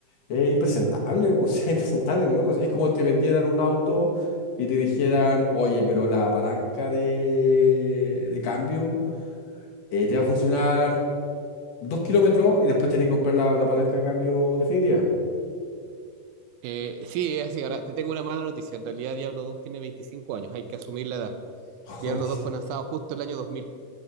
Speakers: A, on the left; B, on the right.
A: es impresentable, po. <laughs> o sea, impresentable, loco. Es como te vendieran un auto y te dijeran, oye, pero la palanca de, de cambio eh, te va a funcionar dos kilómetros y después tenés que comprar la, la palanca de cambio definitiva.
B: Eh, sí, es así. Ahora, te tengo una mala noticia. En realidad, Diablo 2 tiene 25 años. Hay que asumir la edad.
A: <laughs>
B: Diablo 2 fue lanzado justo el año 2000.